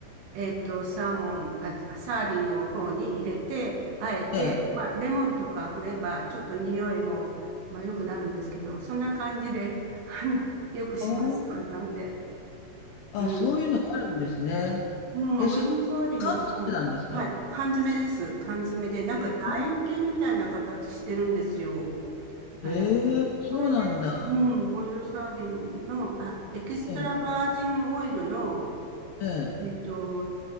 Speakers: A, on the right (about 80°); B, on the left (about 75°).
A: えっと、サーモン、あ、サーディンの方に入れて、あえて、
B: ええ。
A: まあ、レモンとか振れば、ちょっと匂いも、まあ、良くなるんですけど、そんな感じで、<laughs> あの、よくします、
B: ああ、
A: 簡単で。
B: あ、
A: うん。
B: そういうのがあるんですね。
A: うん、
B: え、それ、
A: オイルサーディンの方、
B: 缶詰なんですか
A: はい、缶詰です。缶詰で、なんか楕円形みたいな形してるんですよ。
B: ええ、
A: え、
B: ええ、そうなんだ。
A: これで、うん、オイルサーディンの、あ、エキストラバージンオイルの、
B: ええ、ええ、
A: えっと、